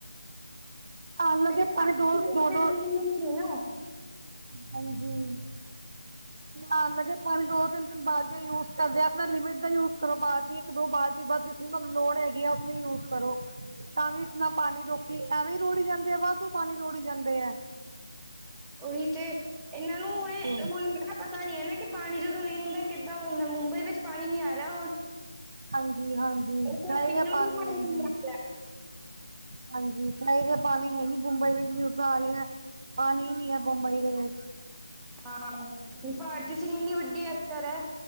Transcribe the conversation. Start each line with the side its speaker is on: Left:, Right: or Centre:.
Centre: <inaudible>
Right: ਆਉਣ ਲੱਗੇ ਪਾਣੀ ਦੋ ਦੋ ਦੋ
Centre: <inaudible>
Right: ਹਾਂਜੀ। ਆਣ ਲੱਗੇ ਪਾਣੀ ਦੋ ਤਿੰਨ ਤਿੰਨ ਬਾਲਟੀਆਂ ਯੂਜ ਕਰਦੇ ਆਪਣਾ ਲਿਮਿਟ ਦਾ ਯੂਜ ਕਰੋ ਬਾਲਟੀ ਇੱਕ ਦੋ ਬਾਲਟੀ ਬਸ ਤੁਹਾਨੂੰ ਲੋੜ ਹੈਗੀ ਆ ਉਤਨਾ ਈ ਯੂਜ ਕਰੋ। ਤਾਂ ਵੀ ਇਤਨਾ ਪਾਣੀ ਲੋਕੀ ਐਵੇਂ ਈ ਰੋੜੀ ਜਾਂਦੇ ਆ ਵਾਧੂ ਪਾਣੀ ਰੋੜੀ ਜਾਂਦੇ ਐ।
Centre: ਓਹੀ ਤੇ ਇਹਨਾਂ ਨੂੰ
Right: ਬਿਲਕੁਲ
Centre: ਹੁਣੇ ਹੁਣ ਏਨਾ ਪਤਾ ਨੀ ਹੈ ਨਾ ਕਿ ਪਾਣੀ ਜਦੋਂ ਨਹੀਂ ਹੁੰਦਾ ਕਿੱਦਾਂ ਹੁੰਦਾ ਮੁੰਬਈ ਵਿੱਚ ਪਾਣੀ ਨਹੀ ਆ ਰਿਹਾ ਹੁਣ।
Right: <unintelligible> <unintelligible> ਜੀ ਹਾਂਜੀ
Centre: ਉੱਥੇ
Right: ਕਲਾਹੀ
Centre: ਪੀਣ
Right: ਦੀਆਂ
Centre: ਨੂੰ
Right: ਪਾਣੀ
Centre: ਵੀ
Right: ਹੈਜੀ
Centre: ਨਹੀਂ ਆ ਰਿਹਾ
Right: ਹਾਂਜੀ ਕਲਾਹੀ ਦੀਆਂ ਪਾਣੀ ਹੈ ਨੀ ਬੁੰਬਈ ਵਿੱਚ ਨਿਊਜਾਂ ਆ ਰਹੀਆ ਪਾਣੀ ਨੀ ਹੈ ਬੰਬਈ ਦੇ ਵਿੱਚ।
Centre: ਹਾਂ ਭਾਰਤੀ ਸਿੰਘ ਇੰਨੀ ਵੱਡੀ ਐਕਟਰ ਹੈ।